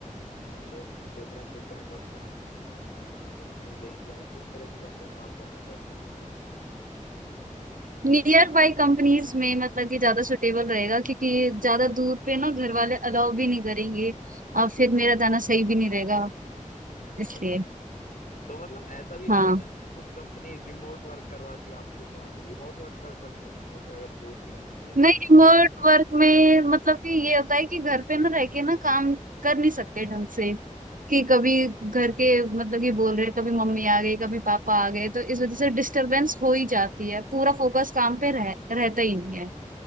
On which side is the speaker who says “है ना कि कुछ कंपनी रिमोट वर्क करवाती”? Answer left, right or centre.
Left